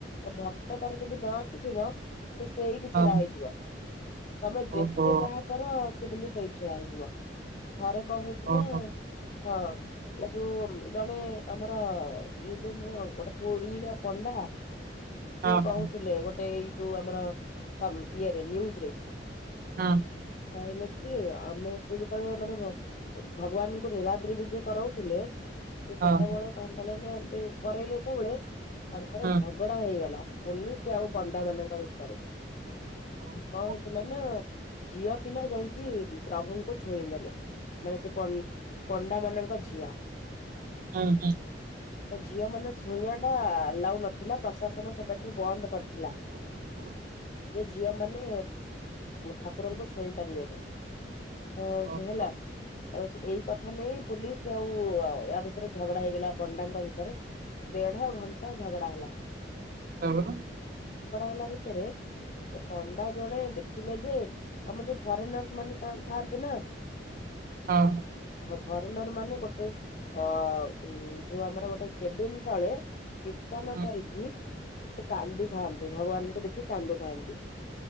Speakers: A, on the left; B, on the right.
A: ତ ଭକ୍ତ ତାର ଯଦି ନ ଆସିଥିବ ସେ ସେଇଠି ଛିଡା
B: ହଁ
A: ହେଇଯିବ ତମେ ଯେତେ
B: ଓହୋ
A: ଯାହା କର ସେ କିନ୍ତୁ ସେଇଠି ଛିଡା ହେଇଯିବ ଥରେ କଣ ହେଇଛି
B: ଓହୋ
A: ନା ହଁ। ଏଇ ଯୋଉ ଜଣେ ଆମର ଇଏ ଯୋଉ ନୁହଁ ଗୋଟେ ପୁରୀର ପଣ୍ଡା
B: ହଁ
A: ସିଏ କହୁଥିଲେ
B: ହଁ
A: ଗୋଟେ ଏଇ ଯୋଉ ଆମର ଇଏରେ ନିୟୁଜରେ।
B: ହଁ।
A: ଖାଇଲ କି ଆମେ ସିଏ ଯେତେବେଳେ ମାନେ ଭଗବାନଙ୍କୁ ନିଳାଦ୍ରି ବିଜେ ଯିଏ କରାଉଥିଲେ।
B: ହଁ
A: ସେତେବେଳେ କଣ କହିଲେ ନା କରୋଇଲେ ଯେତେବେଳେ ତାଙ୍କର
B: ହଁ।
A: ଝଗ ଝଗଡା ହେଇଗଲା ପୋଲିସ ଆଉ ପଣ୍ଡା ମାନଙ୍କ ଭିତରେ।
B: ହୁଁ
A: କଣ
B: ହୁଁ।
A: ହେଇଥିଲା ନା ଝିଅ ପିଲା ଯାଇକି ପ୍ରଭୁଙ୍କୁ ଛୁଇଁ ଦେଲେ ମାନେ ସେ ପ ପ ଣ୍ଡା ମାନଙ୍କ ଝିଅ।
B: ହୁଁ ହୁଁ।
A: ତ ଝିଅ ମାନ ଛୁଇଁ ଟା ଏଲାଉ ନଥିଲା ପ୍ରଶାସନ ସେବାଠାରୁ ବନ୍ଦ କରିଥିଲା।
B: ହ। <inaudible>
A: ଯେ ଝିଅ ମାନେ ଠାକୁରଙ୍କୁ ଛୁଇଁ ପାରିବେନି। ହ
B: ତାପରେ ହଁ
A: ସେ ହେଲା
B: ହୁଁ।
A: ତା ସେ ଏଇ କଥା ନେଇ ପୋଲିସ ଆଉ ୟା ଭିତ ିତରେ ଝଗଡା ହେଇଗଲା ପଣ୍ଡାଙ୍କ ଭିତରେ। ଦେଢ ଘଣ୍ଟା ଝଗଡା
B: ତାପରେ ହଁ ହୁଁ ହୁଁ ତାପରେ
A: ହେଲା ଭିତରେ ସେ ପଣ୍ଡା ଜଣେ ଦେଖିଲେ ଯେ ଆମ ଯୋଉ ଫରେନର୍ ମାନେ ଥାଆନ୍ତି ନା।
B: ହଁ।
A: ହଁ ଫରେନର ମାନେ ଗୋଟେ ଅ ହୁଁ। ଯୋଉ ଆମର ଗୋଟେ କେବିନ ତଳେ କୀର୍ତ୍ତନ
B: ହଁ ହଁ
A: କରିକି ସେ କାନ୍ଦୁଥାନ୍ତି ଭଗବାନଙ୍କୁ ଦେଖ ସେ କାନ୍ଦୁଥାନ୍ତି